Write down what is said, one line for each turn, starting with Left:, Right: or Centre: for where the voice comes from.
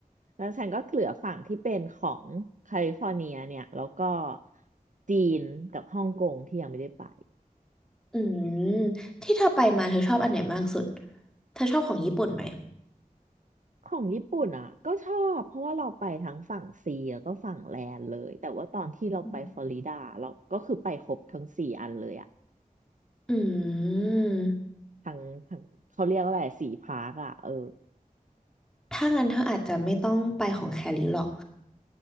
Right: แล้วฉันก็เหลือฝั่งที่เป็นของแคลิฟอร์เนียเนี่ยแล้วก็จีนกับฮ่องกงที่ยังไม่ได้ไป
Centre: อืมที่เธอไปมาเธอชอบอันไหนมากสุดเธอชอบของญี่ปุ่นไหม
Right: ของญี่ปุ่นอ่ะก็ชอบเพราะว่าเราไปทั้งฝั่งซีแล้วก็ฝั่งแลนเลยแต่ว่าตอนที่เราไปฟลอริดาเราก็คือไปครบทั้งสี่อันเลยอ่ะ
Centre: อืมอืม
Right: ทั้งทั้งเขาเรียกว่าอะไรสี่พาร์คอ่ะเออ
Centre: ถ้างั้นเธออาจจะไม่ต้องไปของแคลิหรอก